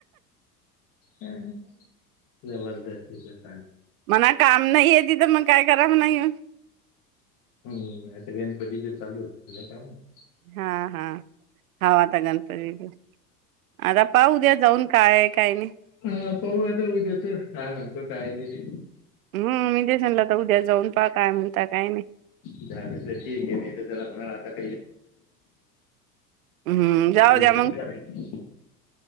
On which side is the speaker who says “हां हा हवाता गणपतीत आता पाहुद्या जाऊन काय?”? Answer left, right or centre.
Right